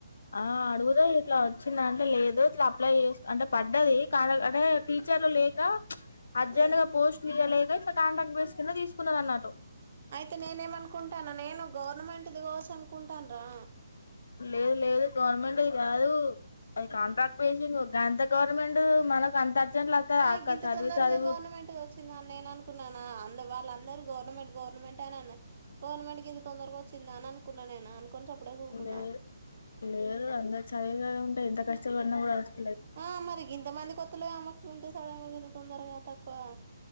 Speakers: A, on the left; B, on the right.
A: ఆ అడుగుదా ఇట్లా వచ్చిందంటే లేదు ఇట్లా అప్లై చేసి అంటే పడ్డది కాదు అదే టీచర్లు లేక ఇచ్ అర్జెంట్
B: ఉమ్
A: గా పోస్ట్లు ఇయలేక ఇట్లా కాంటాక్ట్ బేస్ కింద తీసుకు కున్న అన్నట్టు
B: అయితే నేనేమనుకుంటున్నాను నేను గవర్నమెంట్ ది కోసం అనుకుంటాండ్రా
A: లేదు లేదు గవర్నమెంట్ ది కాదు అది కాంట్రాక్ట్ బేసింగ్ అంత గవర్నమెంట్ మనకు అంత అర్జెంట్లు వస్తదా
B: ఆ
A: అక్క
B: గింత
A: చదివి
B: తొందరగా
A: చదివి
B: గవర్నమెంట్ వచ్చిందా. అని నేను అనుకున్నానా. అందు వాళ్ళ అందరూ గవర్మెంట్ గవర్నమెంట్ అని అనే గవర్నమెంట్ కి ఇంత తొందరగా వచ్చిందా అని అనుకున్నా నేను. అనుకుని చప్పుడే ఊకున్నా
A: లే లేదు అంత చదివిందే ఉంటే ఇంత కస్టపడను కూడా కస్
B: ఆ మరి గింత మందికి ఒత్తలేదు. ఏమో ఇంత సడన్ గా ఇంత తొందరగా. తక్కువ